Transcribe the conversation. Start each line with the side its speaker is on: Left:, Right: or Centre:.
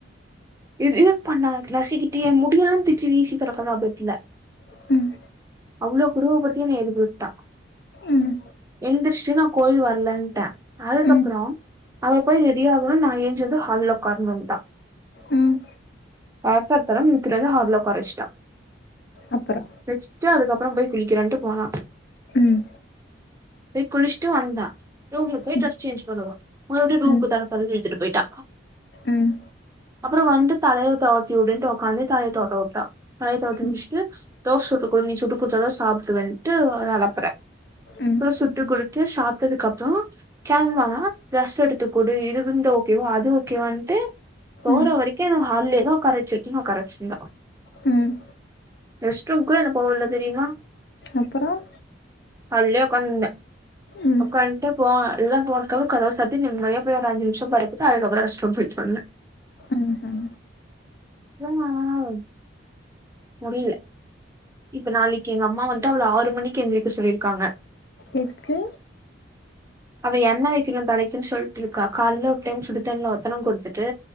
Right: இது இது பண்ணாங்கல நசீக்கிட்டு எ முடியலா பிச்சு வீசீ கெடக்கறா பெட்ல
Left: ம்
Right: அவ்ளோ கொடும படுத்தி என்ன எழுப்பிவிட்டா
Left: ம்
Right: எந்திரிச்ச்டு நா கோயில் வரலன்ட்ட அதுக்கப்புறோ
Left: ம் ம்
Right: அவ போய் ரெடி ஆகணு நா ஏஞ்சி வந்து ஹால்ல உக்கரணுட்டா
Left: ம்
Right: தரத்தரத்தரனு இழுத்துட்டு வந்து ஹால்ல உக்கார வச்சுட்டா
Left: அப்றோ
Right: வெச்சுட்டு அதுக்கப்புறோ போய் குளிக்கிறன்ட்டு போனா
Left: ம்
Right: போய் குளிச் சுட்டு வந்தா ரூம்ல போய்
Left: ம்
Right: டிரஸ் சேஞ்சு பண்ணுவா மறுபடியு ரூம்க்கு
Left: ம்
Right: தரத்தரனு இழுத்துட்டு போயிட்டா
Left: ம்
Right: <inaudible> அப்புறோ வந்து தலைய தோவத்தி உடுட்டு உக்காந்து தலைய தோட்ட உட்டா தலைய தோட்டி
Left: ம்
Right: முடிச்சிட்டு தோச சுட்டு குடு நீ சுட்டு குடுத்த தா சாப்ட்டு வன்ட்டு ஒரு அளப்பற
Left: ம்
Right: போய் சுட்டு குடுத் த்து சாப்ட்டதுக்கு அப்புறோ கெளம்பனா ட்ரெஸ் எடுத்துக்குடு இருதுந்த ஓகேவா அது ஓகேவான்ட்டு போற
Left: ம்
Right: வரைக்கு என்ன ஹால்லேதா உக்கார வச்சிருக்கீ உக்கார வச்சிருந்தா
Left: ம்
Right: ரெஸ்ட் ரூம்கு என்ன போ உடல தெரியுமா
Left: அப்புறம்
Right: ஹால்லயே உகாகாந்துருந்த
Left: ம்
Right: உக்காந் ட்டு போ எல்லா போனதுகப் கதவ சாத்திடு நிம்மதியா போய் ஒரு அஞ்சு நிம்ஷோ படுத்துட்டு அதுக்கப்றோ ரெஷ்ட் ரூம் போயிட்டு வந்த
Left: ம்ஹும்
Right: <unintelligible> முடில இப்ப நாளைக்கு எங்க அம்மா வந்துட்டு அவள ஆறு மணிக்கு எழுந்திரிக்க சொல்லியிருக்காங்க
Left: எதுக்கு
Right: <inaudible> அவ எண்ணெ வக்கணுன் தலைக்கு சொல்ட்டு இருக்கா கால்ல ஒரு டைம் சுடு தண்ணில ஒத்தன குடுத்துட்டு